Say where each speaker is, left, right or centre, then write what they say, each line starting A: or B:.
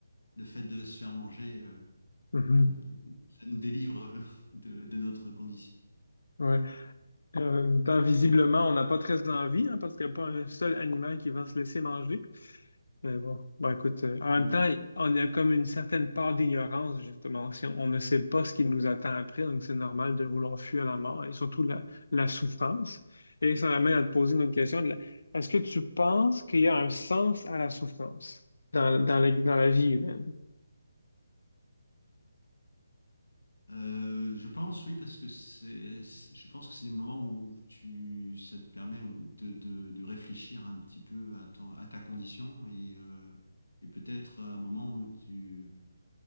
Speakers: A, on the left (about 80°); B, on the left (about 65°).
A: le fait de se faire manger, euh,
B: mhm,
A: euh, ça nous délivre <laughs> de, de notre condition.
B: ouais. Et En même temps, visiblement, on n'a pas très envie, hein, parce qu'il n'y a pas un seul animal qui va se laisser manger. Mais bon, bon, écoute, euh, en même
A: Ouais.
B: temps, on a comme une certaine part d'ignorance, justement. Si on, on ne sait pas ce qui nous attend après, donc c'est normal de vouloir fuir la mort et surtout la, la souffrance. Et ça m'amène à te poser une autre question. de la- Est-ce que tu penses qu'il y a un sens à la souffrance dans, dans la, dans la vie humaine?
A: Euh, je pense, oui, parce que c'est, c'est- je pense que c'est des moments où tu, ça te permet de, de, de réfléchir un petit peu à ton, à ta condition et, euh, et peut-être un moment où tu,